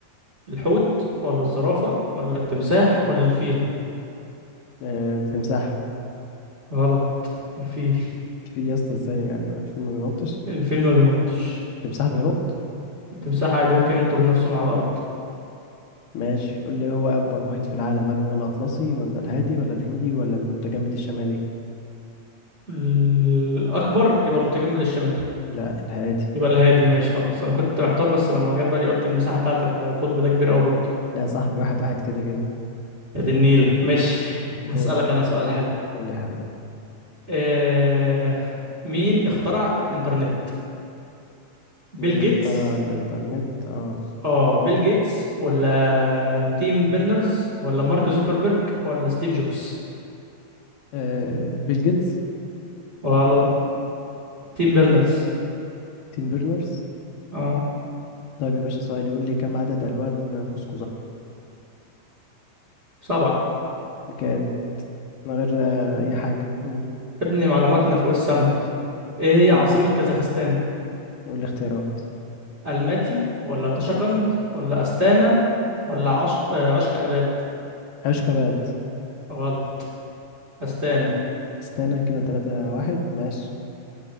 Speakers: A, on the right (about 25°); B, on the left (about 80°).
A: الحوت ولا الزرافة ولا التمساح ولا الفيل
B: آه، التمساح
A: غلط الفيل
B: الفيل يا اسطى ازاي يعني ما الفيل ما بينطش؟
A: الفيل ما بينطش
B: التمساح بينط؟
A: التمساح عادي ممكن ينطر نفسه من على الأرض
B: ماشي قول لي هو أكبر محيط في العالم هل هو الأطلسي ولا الهادي ولا الهندي ولا المتجمد الشمالي؟
A: الأكبر يبقى المتجمد الشمالي
B: لا الهادي
A: يبقى الهادي ماشي خلاص انا كنت محتار بس لما جه في بالي قلت المساحه بتاعت القطب ده كبيره قوي برضه
B: لا يا صاحبي واحد واحد كده كده
A: يا دي النيله ماشي
B: دورك
A: هسألك انا سؤال حلو
B: قول لي يا حبيبي
A: إيه... مين اخترع الانترنت بيل
B: مين
A: جيتس
B: اخترع الإنترنت اه,
A: اه بيل جيتس ولا تيم بيرنرز ولا مارك زوكربيرج ولا ستيف جوبز
B: آه. بيل جيتس
A: ولا تيم بيرنرز
B: تيم بيرنرز
A: اه
B: طيب يا باشا سؤال يقول لي كم عدد ألوان قوس
A: سبعة
B: جامد من غير آه أي حاجة قول
A: ابني معلوماتنا فوق السما
B: مم.
A: ايه هي
B: دورك
A: عاصمة كازاخستان
B: قول لي اختيارات
A: الماتي ولا طشقند ولا استانا ولا عشق آه، عشق اباد
B: عشقة بقى
A: غلط استانا
B: استنى كده تلاتة واحد ماشي